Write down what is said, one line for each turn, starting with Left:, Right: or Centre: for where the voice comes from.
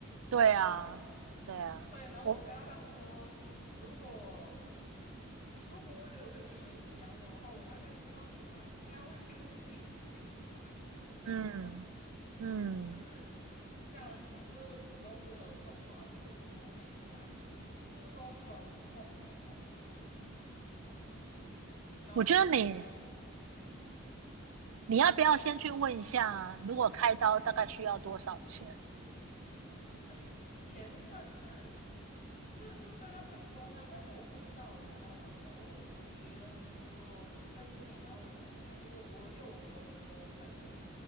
Right: 对啊对啊，
Left: 对对，然后我刚刚又说，
Right: 我
Left: 如果如果我有个女儿一直养我的话，我大概应该会也蛮，应该会跟你更近你吧。<laughs> 但是你知道，
Right: 嗯。嗯
Left: 就是像就是子宫这个状况啊，就变成说我每次来就是都很痛很痛，你知道吗然后医生也会，
Right: 我觉得你
Left: 嗯。
Right: 你要不要先去问一下，如果开刀大概需要多少钱？
Left: 呃，钱算是算是虽然很重要，但是我不知道欸，你知道吗？就是我我学了很多身心灵啊或灵性啊，就是我又有很多朋友